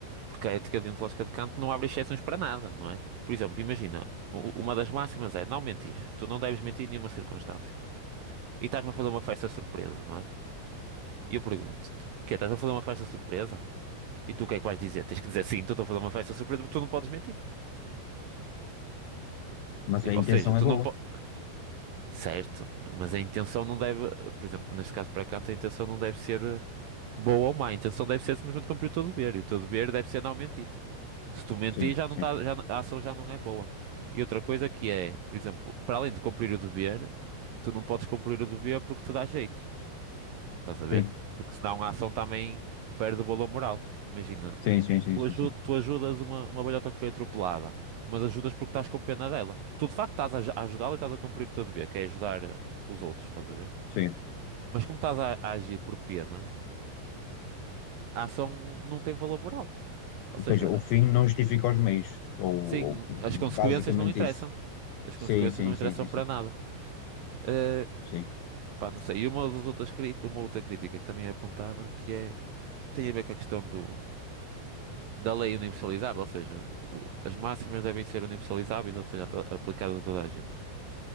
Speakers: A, on the right; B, on the left.
A: porque a ética deontológica de Kant não abre exceções para nada, não é? Por exemplo, imagina, u- uma das máximas é não mentir. Tu não deves mentir em nenhuma circunstância. E estás-me a fazer uma festa surpresa, não é? E eu pergunto-te, que estás-me a fazer uma festa surpresa? E tu o que é que vais dizer? Tens que dizer sim, estou a fazer uma festa surpresa porque tu não podes mentir.
B: Mas
A: Tipo,
B: a
A: ou
B: intenção
A: seja, tu
B: é
A: não
B: boa.
A: podes. Certo, mas a intenção não deve, por exemplo, neste caso para canto, a intenção não deve ser eh, boa ou má, a intenção deve ser simplesmente cumprir o teu dever, e o teu dever deve ser não mentir. Se tu mentir,
B: Sim,
A: já não
B: sim,
A: tá, já, não- a ação já não é boa. E outra coisa que é, por exemplo, para além de cumprir o dever, tu não podes cumprir o dever porque te dá jeito, estás a ver?
B: sim.
A: Porque senão a ação também perde o valor moral. Imagina,
B: Sim, sim, sim,
A: Tu,
B: sim,
A: aju-
B: sim.
A: tu ajudas uma, uma velhota que foi atropelada, mas ajudas porque estás com pena dela. Tu de facto estás a, aj- a ajudá-la e estás a cumprir o teu dever, que é ajudar eh, os outros, estás a ver?
B: Sim.
A: Mas como estás a, a agir por pena, a ação não tem valor moral. Ou
B: Ou
A: seja,
B: seja, o fim não justifica os meios. Ou,
A: sim,
B: ou
A: as consequências
B: basicamente
A: não interessam.
B: isso.
A: As
B: Sim,
A: consequências
B: sim,
A: não
B: sim,
A: interessam
B: sim, sim.
A: para nada. Eh,
B: Sim,
A: pá, não sei. E uma das outras, cri- uma outra crítica que também é apontada, que é, tem a ver com a questão do, da lei universalizável, ou seja, o- as máximas devem ser universalizáveis, ou seja, a to- aplicadas a toda a gente.